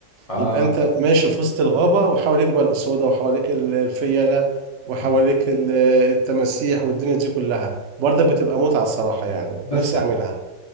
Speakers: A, on the left; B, on the right.
A: اه
B: يبقى انت ماشي في وسط الغابة وحواليك بقى الأسودة وحواليك ال- الفيلة
A: <laughs>
B: وحواليك ال- التماسيح والدنيا دي كلها برضك بتبقى متعة الصراحة يعني
A: بس
B: نفسي أعملها